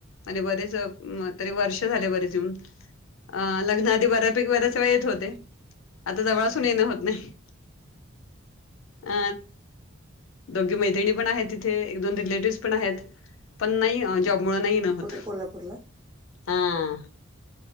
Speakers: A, on the left; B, on the right.
A: आणि बरेच तरी वर्षं झाले बरेच येऊन आ लग्नाआधी बरेच वेळा येत होते आता जवळ
B: हा
A: असुन येण
B: हा हा
A: होत नाही. अ दोघी मैत्रिणी पण आहे तिथे एक दोन रिलेटिव पण आहेत पण नाही जॉबमुळे
B: हा हा
A: नाही येन होत.
B: कुठे कोल्हापूरला
A: हा